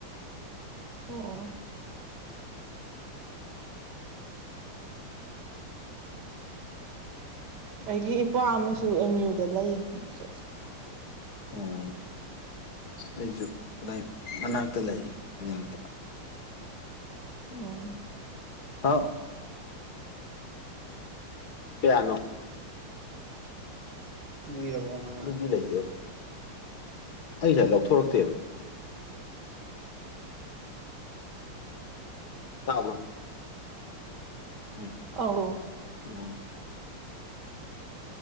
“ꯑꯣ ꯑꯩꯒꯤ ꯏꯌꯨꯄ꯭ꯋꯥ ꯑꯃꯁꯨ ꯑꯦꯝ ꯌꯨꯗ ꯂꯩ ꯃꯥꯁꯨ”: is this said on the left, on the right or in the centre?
Right